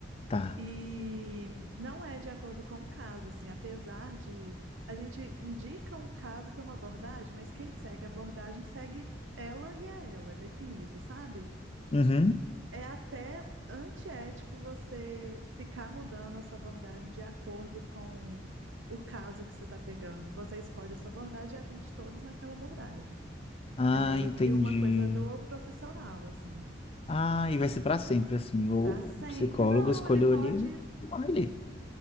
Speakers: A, on the left; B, on the right.
A: tá.
B: E não é de acordo com o caso, assim, apesar de a gente indica um caso para uma abordagem, mas quem segue a abordagem segue ela e é ela, é definido, sabe?
A: Uhum.
B: É até antiético você ficar mudando a sua abordagem de acordo com o caso que você está pegando. Você escolhe a sua abordagem e atende todos naquela abordagem.
A: Ah,
B: É meio
A: entendi.
B: que uma coisa do profissional, assim,
A: Ah, e vai ser para sempre, assim. O,
B: para sempre.
A: o psicólogo
B: Não,
A: escolheu
B: ele pode,
A: ali, ele morre ali.